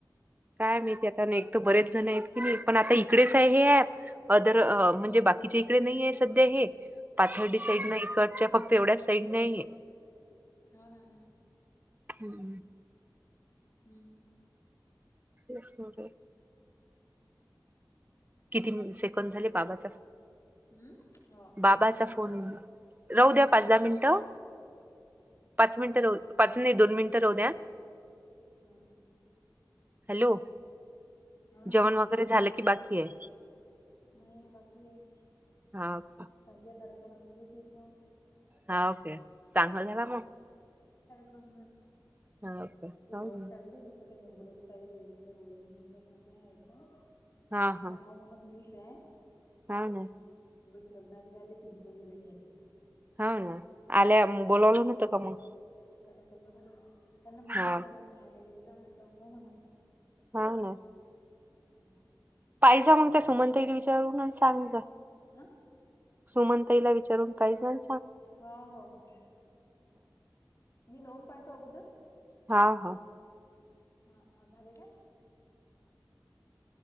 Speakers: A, on the right; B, on the left.
A: काय माहिती आता एक तर बरेच जण आहेत की नाही पण आता इकडेच आहे हे ऍप अदर म्हणजे बाकी. बाकीच्या इकडे नाही आहे सध्या हे पाथर्डी साईड नाही इकडच्या फक्त एवढ्याच साईड नाही आहे
B: हा ना ह ना.
A: हम्म.
B: हम्म.
A: तस मज. किती सेकंड झाले बाबाचा.
B: हम्म हो.
A: बाबाचा राहू द्या पाच दहा मिनिटं. पाच मिनटं र पाच नाही दोन मिनिटं
B: नऊ
A: राहु द्या
B: हम्म
A: हॅलो
B: हो ना
A: जेवण
B: हो ना
A: वगैरे झालं कि बाकी आहे.
B: नाही बाकी आहे
A: हा ओके
B: सध्या कार्यक्रमला गेली त इथ.
A: हा ओके चांगलंवा मग
B: ह
A: हा ओके
B: ते ओळख
A: हो ना
B: काढली म. त्या निंबूराची ताई म्हटलं वणी असत माझी आहे पण
A: हा हा
B: ह म्हणत मी ते
A: हा ना.
B: लग्नाचीहिले तिघी चौघी बहिणी येते.
A: हा ना आल्या बोलावलं नव्हतं का मग.
B: स हो त्यांनी म्हटलं
A: हा
B: चला ह गेलेदा म्हटलं हो म्हणत
A: हा ना.
B: हम्म हम्म.
A: पाहिज मग त्या सुमंतई विचारून आणि सांग जा.
B: हम
A: सुमनताईला विचारून पाहिजे.
B: हा हो हो मी लोन पाहतो अगोदर
A: हा हा
B: हा झाले का?